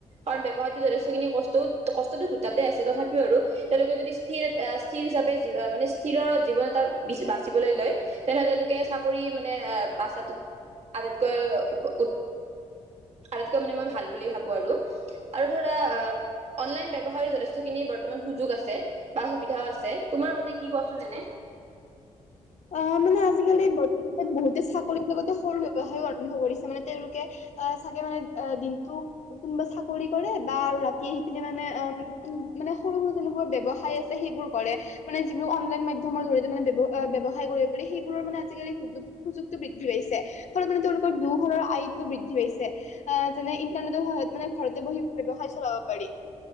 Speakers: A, on the right; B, on the left.
A: কাৰণ ব্যৱসায়টো যথেষ্টখিনি কষ্ট-কষ্টটো দুটাতে আছে তথাপিও আৰু যদি স্থিৰ- স্থিৰ হিচাপে মানে স্থিৰৰ জীৱন এটা বাচিবলৈ লয়। তেনে তেওঁলোকে চাকৰি মানে আঁহ' পাচটোত আটাইতকৈ- আটাইতকৈ মানে মই ভাল বুলি ভাবো আৰু। আৰু ধৰা অ'- অনলাইন ব্যৱহাৰ যথেষ্টখিনি বৰ্তমান সুযোগ আছে বা সুবিধাও আছে। তোমাৰ মতে কি কোৱাচোন এনেই?
B: আ', মানে আজিকালি বৰ্তমানত বহুতে চাকৰিৰ লগতে সৰু ও আৰম্ভ কৰিছে মানে তেওঁলোকে চাগে মানে দিনটো- কোনোবা চাকৰি কৰে বা আৰু ৰাতি আহি পিনে মানে অ' মানে সৰু-সৰু তেনেকুৱা ব্যৱসায় আছে- সেইবোৰ কৰে। মানে যিবোৰ অনলাইন মাধ্যমৰ জৰিয়তে মানে ব্যৱসায় কৰিব পাৰি সেইবোৰৰ মানে আজিকালি সুযোগ- সুযোগটো বৃদ্ধি পাইছে ফল মানে তেওঁলোকৰ দু ঘৰৰ আয়টো বৃদ্ধি পাইছে। আঁহ' যেনে ইণ্টাৰনেটৰ সহায়ত মানে ঘৰতে বহি ব্যয়ৱসায় চলাব পাৰি।